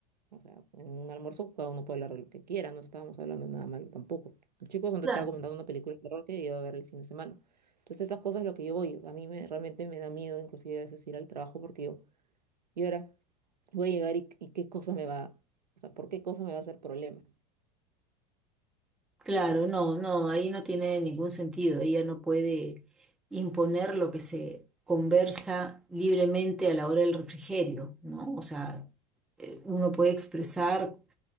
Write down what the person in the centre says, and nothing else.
claro.
Claro, no, no, ahí no tiene ningún sentido. Ella no puede imponer lo que se conversa libremente a la hora del refrigerio, ¿no? O sea, eh, uno puede expresar,